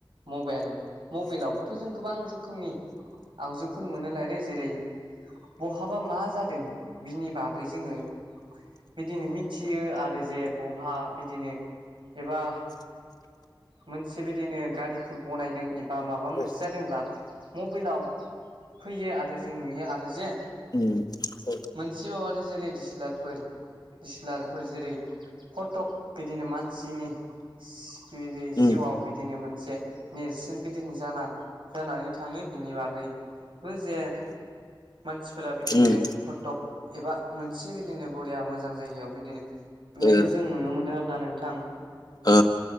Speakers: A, on the right (about 75°); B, on the left (about 50°).
A: मबेल मबेलावबोथ' जों गोबां रोखोमनि आगजुफोर मोनो लायो जेरै बहाबा मा जादों बिनि बागै जोङो बिदिनो मिथियो आरो जे बहा बिदिनो एबा मोनसे बिदिनो गारिफोर बनायदों एबा माबा मोनसे
B: ओ
A: जादोंब्ला मबेलाव फैयो आरो जों नुयो आरो जे
B: उम औ
A: मोनसेबाव आरो जे डिसेलारफोर दिसलारफोर जेरै फटक बिदिनो मानसिनि सिफिरि
B: उम
A: जिउआव बिदिनो मोनसे नेरसोन बिदिनो जालां जानानै थाङो बिनि बागैबो जे मानसि ओजा बिदिनो
B: उम
A: फटक एबा मोनसे बिदिनो बरिया मोजां जायगायाव बिदिनो होबनायखौ
B: ओ
A: जों नुनो मोनो आरो ना नोंथां
B: ओ